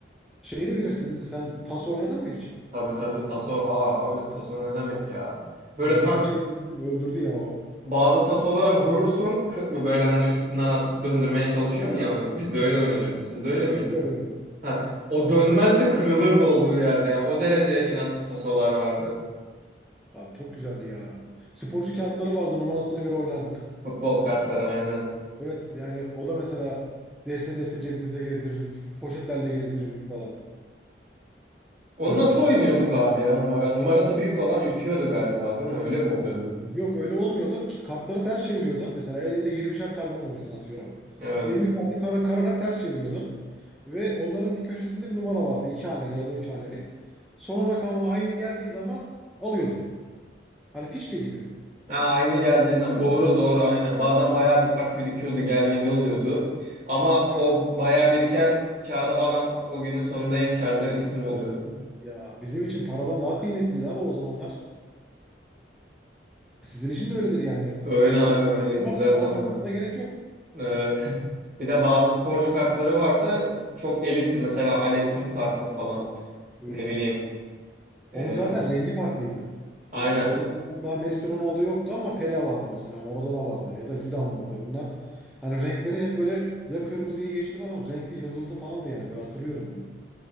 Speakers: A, in the centre; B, on the right (about 40°).
A: şeyi de bilirsin sen tas oynadın mı hiç?
B: Tabii tabii taso. Aa abi taso ne demek
A: Of.
B: ya? Böyle
A: Ya
B: tak
A: birkaç ayımız bizim öldürdü ya o.
B: bazı tasolara vurursun kı- mı böyle hani üstünden atıp döndürmeye çalışıyorsun ya onu. Bizde öyle oynanıyordu.
A: Evet.
B: Sizde öyle miydi?
A: Biz de öğrendik.
B: Ha, o dönmez de kırılırdı olduğu yerde yani o derece inatçı tasolar vardı.
A: Abi çok güzeldi ya. Sporcu kağıtları vardı numarasına göre oynardık.
B: Futbol kartları aynen.
A: Evet yani o da mesela deste deste cebimizde gezdirirdik. Poşetlerle gezdirirdik falan.
B: Onu
A: çocukken.
B: nasıl oynuyorduk abi ya? Numara numarası büyük olan ütüyordu galiba değil mi? Öyle mi oluyordu?
A: Yok öyle olmuyordu. ki. Kartları ters çeviriyordun. Mesela elinde yirmişer kartını oynuyordun atıyorum.
B: Evet.
A: 20 kartı kara, kararak ters çeviriyordun. Ve onların bir köşesinde bir numara vardı. iki haneli ya da üç haneli. Son rakamı aynı geldiği zaman alıyordun. Hani pişti gibi.
B: Ha, aynı geldiği zaman doğru doğru aynen. Bazen bayağı bir kart birikiyordu, gelmedi oluyordu. Ama
A: Aynen.
B: o bayağı biriken kağıda alan o günün sonunda en karlı isim oluyordu.
A: Ya bizim için paradan daha kıymetliydi abi o zamanlar. Sizin için de öyledir yani.
B: Öyle
A: Spor
B: abi öyle
A: tutkunluğun
B: güzel
A: varsa paranın
B: zamanı.
A: olmasına gerek yok.
B: Evet. <laughs> Bir de bazı sporcu kartları vardı. Çok elitti mesela Alex'in kartı falan.
A: Üf.
B: Ne bileyim.
A: Onun
B: Ee,
A: zaten rengi farklıydı.
B: aynen.
A: Mesela o zamanlar daha Messi Ronaldo yoktu ama Pele vardı mesela. Maradona vardı ya da Zidane vardı. Bunlar hani renkleri hep böyle ya kırmızı ya yeşil falan renkli yıldızlı falandı yani böyle hatırlıyorum ben.